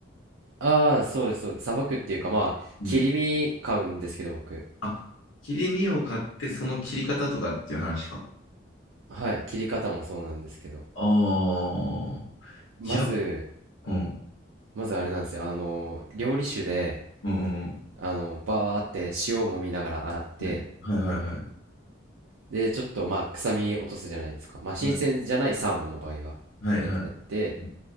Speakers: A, on the right; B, on the left.
A: ああ、そうです、そうです。さばくっていうか、まあ、
B: うん。
A: 切り身買うんですけど、僕。
B: あ、切り身を買って、その切り方とかっていう話か。
A: はい、切り方もそうなんですけど、
B: ああ、
A: まず、
B: いや、うん。
A: まずあれなんですよ、あの、料理酒で、
B: うんうん
A: あの、バーって塩を揉みながら洗って、
B: はい。はいはいはい。
A: で、ちょっとまあ、臭み落とすじゃないですか。まあ、新鮮じゃないサーモンの場合は、
B: はい。はいはいはいうん
A: こうやってやって、